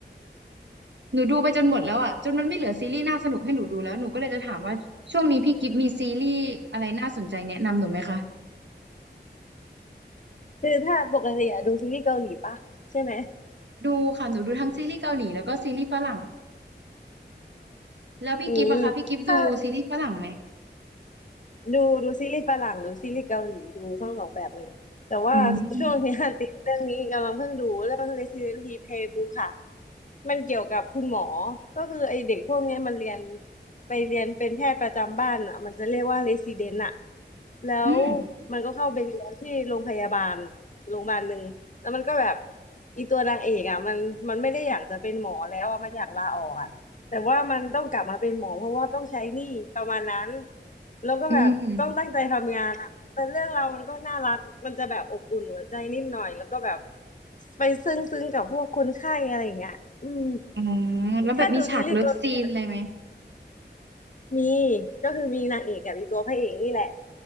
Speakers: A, on the right; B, on the left.
A: หนูดูไปจนหมดแล้วอ่ะจนมันไม่เหลือซีรีส์น่าสนุกให้หนูดูแล้วหนูก็เลยจะถามว่าช่วงนี้พี่กิฟต์มีซีรีส์อะไรน่าสนใจแนะนำหนูไหมคะ
B: คือถ้าปกติอะดูซีรีส์เกาหลีป่ะใช่ไหม
A: ดูค่ะหนูดูทั้งซีรีส์เกาหลีแล้วก็ซีรีส์ฝรั่ง แล้วพี่กิฟต์อะคะพี่กิฟต์ดูซีรีส์ฝรั่งไหม
B: อืมถ้า ดูดูซีรีส์ฝรั่งดูซีรีส์เกาหลีดูทั้งสองแบบเลยแต่ว่าช่วงเนี้ย
A: อืม
B: <laughs> ติดเรื่องนี้กำลังเพิ่งดูเรื่อง Resident Evil Playbook ค่ะมันเกี่ยวกับคุณหมอก็คือไอเด็กพวกเนี้ยมันเรียนไปเรียนเป็นแพทย์ประจำบ้านอ่ะมันจะเรียกว่า Resident อ่ะแล้ว
A: อืม
B: มันก็เข้าไปเรียนที่โรงพยาบาลโรงพยาบาลหนึ่งแล้วมันก็แบบอีตัวนางเอกอ่ะมันมันไม่ได้อยากจะเป็นหมอแล้วอะมันอยากลาออกอ่ะแต่ว่ามันต้องกลับมาเป็นหมอเพราะว่าต้องใช้หนี้ประมาณนั้น แล้วก็แบบต้องตั้งใจทำงานอะแต่เรื่องเราวมันก็น่ารักมันจะแบบอบอุ่นหัวใจนิดหน่อยแล้วก็แบบ
A: อืม
B: ไปซึ้งซึ้งกับพวกคนไข้อะไรอย่างเงี้ยอืม
A: อ๋อแล้วแบบมีฉากเลิฟซีนอะไรไหม
B: ถ้าดูซีรีส์เกาหลีอะมีก็คือมีนางเอกกับมีตัวพระเอกนี่แหละ